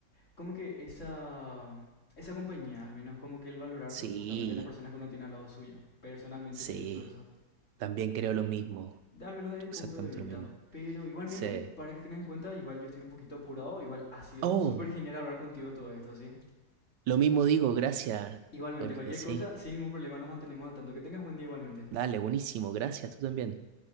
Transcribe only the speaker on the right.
Sí,
sí,
también creo lo mismo,
creo
exactamente
lo mismo.
Sí.
Oh.
Lo mismo digo, gracias,
Jorge,
sí.
Dale, buenísimo, gracias, tú también.